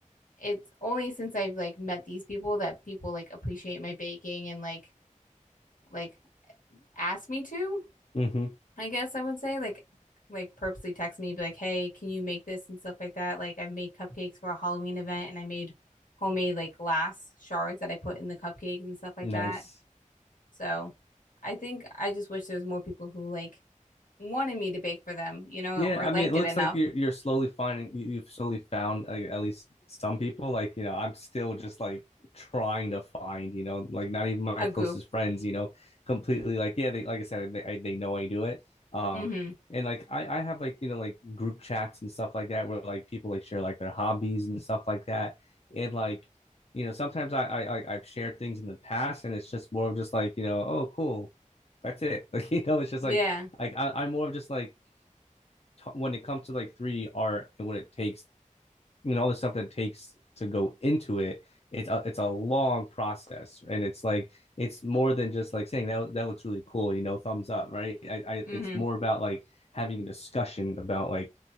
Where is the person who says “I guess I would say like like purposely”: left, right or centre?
Left